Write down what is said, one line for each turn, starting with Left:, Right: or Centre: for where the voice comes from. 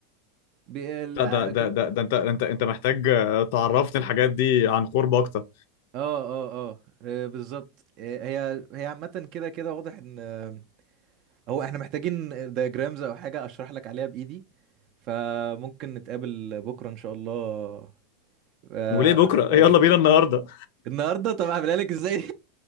Right: بال...
Left: لا ده ده
Right: كان
Left: ده ده انت انت انت محتاج آه، تعرفني الحاجات دي عن قرب اكتر
Right: اه اه اه آه، بالظبط آه، هي هي عامة كده كده واضح ان آه، هو احنا محتاجين دياجرامز او حاجة اشرح لك عليها بايدي فممكن نتقابل بكرة ان شاء الله آه،
Left: وليه بكره
Right: في
Left: يلا
Right: أي-
Left: بينا النهارده
Right: النهاردة طب هعملها لك ازاي